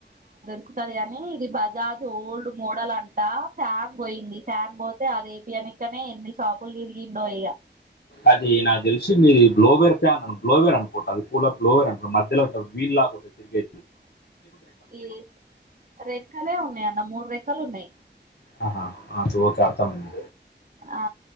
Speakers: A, on the right; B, on the left.
A: ఉంటది గాని ఇది బజాజ్ ఓల్డ్ మోడల్ అంట ఫ్యాన్ పోయింది ఫ్యాన్ పోతే అదిపి అనకనే ఎన్ని షాపులు తిరిగిండో ఇ్య
B: అది నాకు తెలిసి మీది గ్లోవేర్ ఫ్యాన్ అను గ్లోవేర్ అనుకుంటా అది కూలర్ గ్లోవేర్ అనుకుంట మధ్యలో వీళ్ళ నాకొట తిరిగె
A: అ ఈమ్ రెక్కలే ఉన్నాయి అన్న మూడు రెక్కలు ఉన్నాయి.
B: ఆహా ఆ చువక అర్థమైంది.
A: ఆ